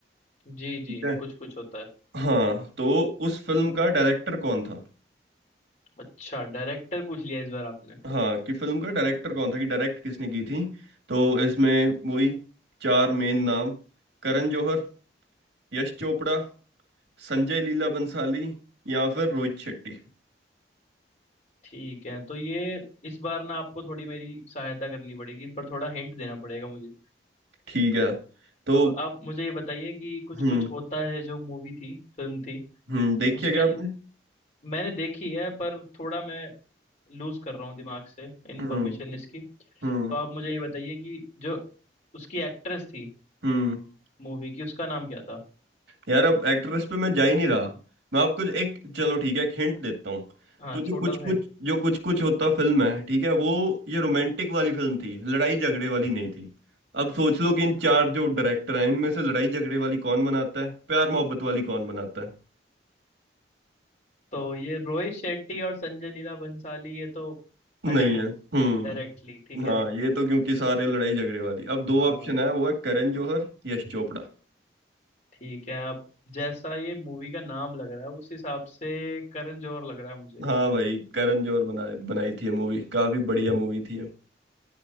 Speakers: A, on the left; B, on the right.
A: जी जी
B: ठीक है
A: कुछ कुछ होता है
B: हाँ तो उस फिल्म का डायरेक्टर कौन था
A: अच्छा डायरेक्टर पूछ लिया इस बार आपने
B: हाँ कि फिल्म का डायरेक्टर कौन था कि डायरेक्ट किसने की थी तो इसमें वही चार मेन नाम करण जौहर यश चोपड़ा संजय लीला बंसाली या फिर रोहित शेट्टी
A: ठीक है तो ये इस बार ना आपको थोड़ी मेरी सहायता करनी पड़ेगी इस बार थोड़ा हिंट देना पड़ेगा मुझे
B: ठीक है तो
A: तो आप मुझे ये बताइए कि कुछ
B: हम्म
A: कुछ होता है जो मूवी थी फिल्म थी
B: हम्म देखिए
A: उसके
B: क्या
A: अंदर
B: आपने
A: मैंने देखी है पर थोड़ा मैं लूज कर रहा हूँ दिमाग से इंफॉर्मेशन
B: हम्म
A: इसकी
B: हम्म
A: तो आप मुझे ये बताइए कि जो उसकी एक्ट्रेस थी
B: हम्म
A: मूवी की उसका नाम क्या था
B: यार अब एक्ट्रेस पे मैं जा ही नहीं रहा मैं आपको एक चलो ठीक है एक हिंट देता हूँ
A: हाँ
B: तो
A: छोटा
B: जो कुछ
A: सा
B: कुछ
A: hint।
B: जो कुछ कुछ होता फिल्म है ठीक है वो ये रोमांटिक वाली फिल्म थी लड़ाई झगड़े वाली नहीं थी अब सोच लो कि इन चार जो डायरेक्टर हैं इनमें से लड़ाई झगड़े वाली कौन बनाता है प्यार मोहब्बत वाली कौन बनाता है
A: तो ये रोहित शेट्टी और संजय लीला बंसाली ये तो
B: नहीं
A: हट गए
B: है हम्म
A: डायरेक्टली ठीक है
B: हाँ ये तो क्योंकि सारे लड़ाई झगड़े वाली अब दो
A: हाँ
B: ऑप्शन है वो है करण जौहर यश चोपड़ा
A: ठीक है अब जैसा ये मूवी का नाम लग रहा है उस हिसाब से करण जौहर लग रहा है मुझे
B: हाँ भाई करण जौहर बना बनाई थी मूवी काफी बढ़िया मूवी थी ये।